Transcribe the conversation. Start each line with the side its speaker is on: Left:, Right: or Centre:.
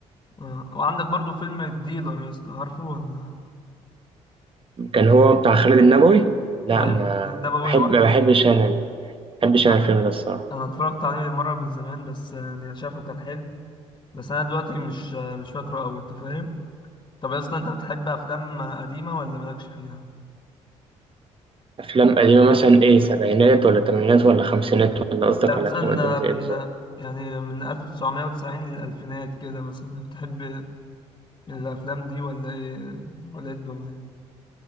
Left: آه. وعندك برضو فيلم الديلر يا اسطى عارفه ولا
Right: كان هو بتاع خالد النبوي لا
Left: ايوه
Right: ما
Left: النبوي
Right: بحب
Left: واحمد
Right: ما بحبش
Left: الس-
Right: انا ال- ما بحبش
Left: انا
Right: انا الفيلم ده الصراحه
Left: أنا اتفرجت عليه مره من زمان بس آه، يعني شافه كان حلو بس انا دلوقتي مش آه، مش فاكره قوي انت فاهم طب يا اسطى انت بتحب افلام آه، قديمه ولا مالكش فيها
Right: افلام قديمه مثلا ايه سبعينات ولا تمانينات ولا خمسينات ولا قصدك
Left: لا مثلا
Right: على افلام قديمه زي
Left: آه،
Right: ايه
Left: من
Right: بالظبط
Left: آه، يعني من 1990 للألفينات كده مثلا بتحب الافلام دي ولا ايه ولا ايه الدنيا